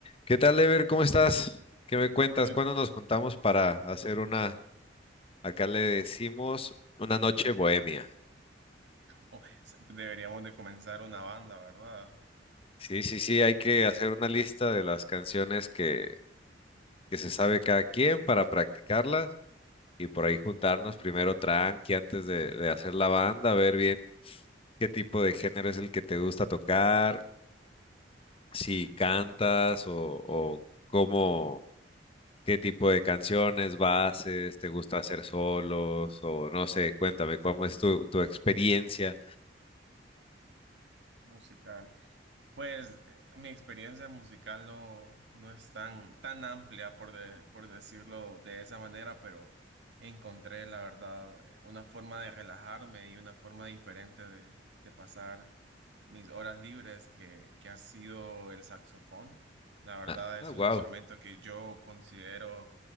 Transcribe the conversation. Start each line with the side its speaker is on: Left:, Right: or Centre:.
Left: ¿Qué tal, Ever? ¿Cómo estás? ¿Qué me cuentas?
Right: Uy,
Left: ¿Cuándo nos juntamos para hacer una, acá le decimos, una noche bohemia?
Right: o- se- deberíamos de comenzar una banda, ¿verdad?
Left: Sí, sí, sí, hay que hacer una lista de las canciones que, que se sabe cada quien para practicarlas y por ahí juntarnos primero tranqui antes de, de hacer la banda, ver bien qué tipo de género es el que te gusta tocar, si cantas o, o cómo. ¿Qué tipo de canciones, bases, te gusta hacer solos o no sé? Cuéntame, ¿cómo es tu, tu experiencia?
Right: Musical. Pues eh, mi experiencia musical no, no es tan, tan amplia, por, de- por decirlo de esa manera, pero encontré, la verdad, eh, una forma de relajarme y una forma diferente de, de pasar mis horas libres que, que ha sido el saxofón. La verdad
Left: Ah,
Right: es un
Left: wow.
Right: instrumento que yo considero